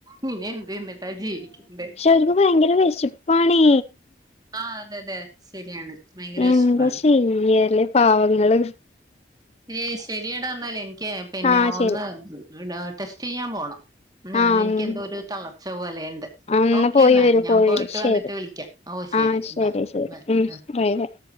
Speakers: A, on the right (about 20°); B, on the left (about 35°).
A: പിന്നെ എന്ത് ന്നിട്ടാ ജീവിക്കണ്ട്
B: അവര്ക്ക് ഭയങ്കര വെശ പണി
A: ആഹ് അതെ അതെ ശരിയാണ് ഭയങ്കര
B: എന്താ
A: വെശപ്പാണ്
B: ചെയ്യല് പാവങ്ങള്
A: ഏഹ് ശരിയടാ എന്നാല് എനിക്ക് പിന്നെ
B: ആഹ് ശരി
A: ഒന്ന് ടെസ്റ്റ് ചെയ്യാൻ പോണം ഞാൻ
B: ആഹ്
A: എനിക്ക്
B: ഉം
A: എന്തോ ഒരു തളർച്ച പോലെയുണ്ട്
B: ആഹ് എന്നാ
A: ഓക്കെ
B: പോയി
A: എന്നാലേ
B: വരൂ
A: ഞാൻ
B: പോയി
A: പോയിട്ട്
B: വരൂ ശരി
A: വന്നിട്ട് വിളിക്കാം ഓ ശരി
B: ആഹ് ശെരി
A: ബൈ
B: ശെരി
A: ബൈ
B: ഉം <unintelligible>
A: ആ